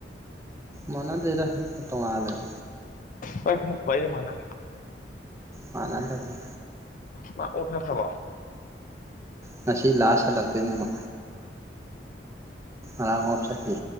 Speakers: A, on the right; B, on the left.
A: ꯃꯥꯟꯅꯗꯦꯗ ꯍꯝ ꯇꯣꯉꯥꯜꯂꯩ
B: ꯍꯣꯏ ꯃꯨꯛ ꯄꯩꯔꯦ ꯃꯥꯅ
A: ꯃꯥꯟꯅꯗꯕꯅꯤ
B: ꯃꯥ ꯑꯣꯛ ꯆꯠꯈꯔꯕꯣ
A: ꯉꯁꯤ ꯂꯥꯁ ꯍꯜꯂꯛꯇꯣꯏꯅꯤꯕ ꯑꯥꯡꯞ ꯆꯈꯤ